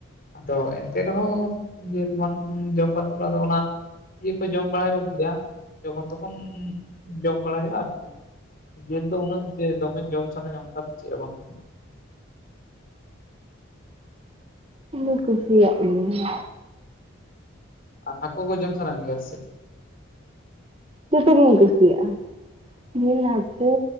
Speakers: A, on the left; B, on the right.
A: ᱟᱫᱚ ᱮᱱᱛᱮ ᱨᱮᱦᱚᱸ ᱡᱤᱞ ᱵᱟᱝ ᱡᱚᱢ ᱠᱟᱛᱮ ᱟᱫᱚ ᱚᱱᱟ ᱤᱭᱟᱹ ᱠᱚ ᱡᱚᱢ ᱵᱟᱲ ᱜᱮᱭᱟ ᱡᱚᱠᱷᱚᱱ ᱛᱚᱠᱷᱚᱱ ᱡᱚᱢ ᱵᱟᱲᱟᱭ ᱦᱩᱭᱩᱜᱼᱟ ᱟᱨᱠᱤ ᱡᱤᱞ ᱫᱚ ᱩᱱᱟᱹᱜ ᱡᱮ ᱫᱚᱢᱮ ᱡᱚᱢ ᱥᱟᱱᱟᱧᱟ ᱚᱱᱠᱟ ᱫᱚ ᱪᱮᱫ ᱦᱚᱸ ᱵᱟᱝ᱾
B: ᱤᱧ ᱫᱩᱧ ᱠᱩᱥᱤᱭᱟᱜ ᱜᱮᱭᱟ᱾
A: ᱟᱨ ᱦᱟᱠᱩ ᱠᱚ ᱡᱚᱢ ᱥᱟᱱᱟᱢ ᱡᱮᱭᱟ ᱥᱮ ᱪᱮᱫ?
B: ᱡᱚᱛᱚ ᱜᱤᱧ ᱠᱩᱥᱤᱭᱟᱜᱼᱟ ᱡᱤᱞ ᱦᱟᱹᱠᱩ